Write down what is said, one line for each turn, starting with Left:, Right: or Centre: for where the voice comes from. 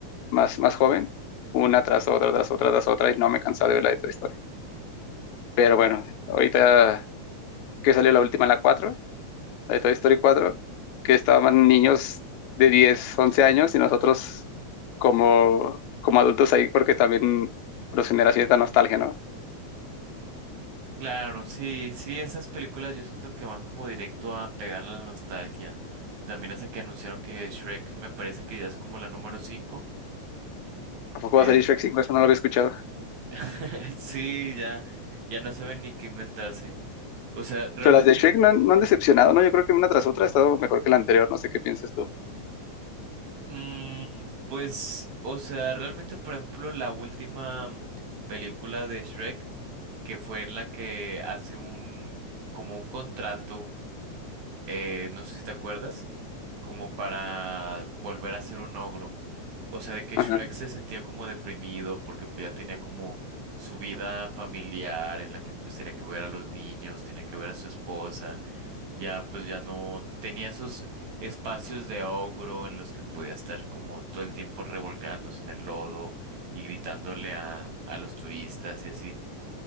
Left: más, más joven, una tras otra, tras otra, tras otra, y no me cansaba de ver la de Toy Story. Pero bueno, ahorita que salió la última, la cuatro la de Toy Story cuatro que estaban niños de 10 11 años y nosotros como, como adultos ahí porque también nos genera cierta nostalgia, ¿no?
Right: Claro, sí, sí, esas películas yo siento que van como directo a pegarle a la nostalgia. También hasta que anunciaron que Shrek me parece que ya es como la número cinco
Left: ¿A poco
Right: Eh,
Left: va a salir Shrek cinco Eso no lo había escuchado.
Right: <laughs> sí, ya, ya no saben ni qué inventarse. O sea, realmente
Left: Pero las de Shrek no, han no han decepcionado, ¿no? Yo creo que una tras otra ha estado mejor que la anterior, no sé qué piensas tú.
Right: Mm, pues, o sea, realmente, por ejemplo, la última película de Shrek, que fue en la que hace un, como un contrato eh, no sé si te acuerdas, como para volver a ser un ogro. O sea, de que
Left: Ajá.
Right: Shrek se sentía como deprimido porque pues, ya tenía como su vida familiar en la que pues tenía que ver a los niños, tenía que ver a su esposa, ya pues ya no tenía esos espacios de ogro en los que podía estar como todo el tiempo revolcándose en el lodo y gritándole a, a los turistas y así.